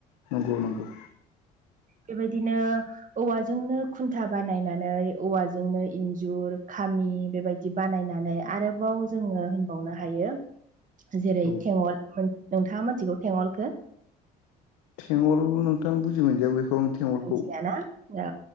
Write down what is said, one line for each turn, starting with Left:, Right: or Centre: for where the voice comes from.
Left: नेंगौ नंगौ।
Right: बेबायदिनो औवाजोंनो खुन्था बानायनानै औवाजोंनो इन्जुर खामि बेबायदि दि बानायनानै आरोबाव जोङो बावनो हायो जेरै
Left: औ
Right: थेङल, नोंथाङा मोनथिगौ थोङलखौ?
Left: थेङल नोंथां बुजि मोनजियां बेखौ। थेंगलखौ
Right: मोनथियाना? औ